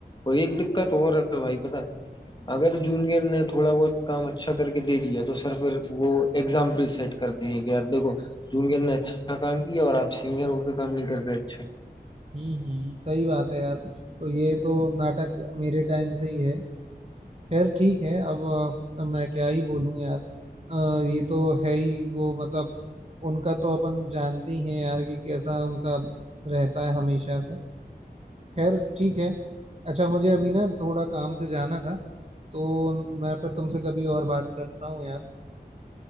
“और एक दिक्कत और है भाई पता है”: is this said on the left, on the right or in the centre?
Left